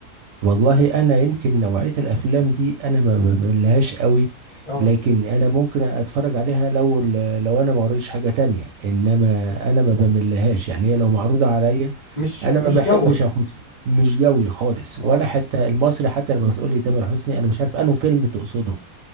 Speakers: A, on the right; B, on the left.
A: والله انا يمكن نوعية الافلام دي انا ما بملهاش قوي
B: اه
A: لكن انا ممكن اتفرج عليها لو ال- لو انا ما قريتش حاجة تانية انما انا ما بملهاش يعني هي لو معروضة
B: آه.
A: عليا
B: مش
A: انا
B: مش
A: ما بحبش
B: جوك
A: اخد فيلم مش جوي خالص ولا
B: اه
A: حتى المصري حتى لما بتقول لي تامر حسني انا مش عارف انه فيلم تقصده